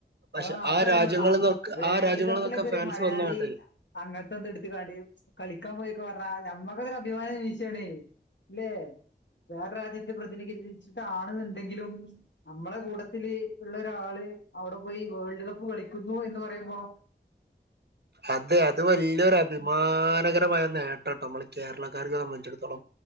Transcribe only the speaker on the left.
ആ അതറിമ്പളാ
വേൾഡ്
കപ്പിലൊക്കെ ഒരു
മലയാളി
അങ്ങത് ടുത്തുകാണീ കളിക്കാൻ പോയീന്ന് റഞ്ഞാൽ ഞമ്മ ദ് ഒരു അഭിമാന നിമിഷാണേ ല്ലേ വേറെ രാജ്യത്ത് പ്രതിനിധീകരിച്ച് താണ്ന്നുണ്ടെങ്കിലും നമ്മളെ കൂട്ടത്തില് ഉള്ള ഒരാള് അവിടെ പോയി വേൾഡ് കപ്പ് കളിക്കുന്നു എന്ന് പറയുമ്പോ
ഉം